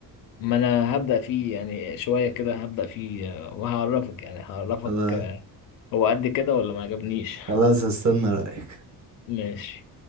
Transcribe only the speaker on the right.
خلاص
خلاص هستنى رأيك